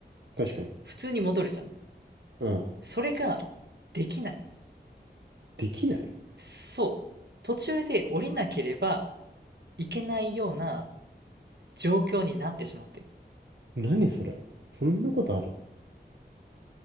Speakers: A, on the right; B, on the right.
A: 確かに。
B: 普通に戻るじゃん。
A: うん。
B: それができない。
A: できない
B: そう。途中で降りなければいけないような状況になってしまってる。
A: 何それそんなことある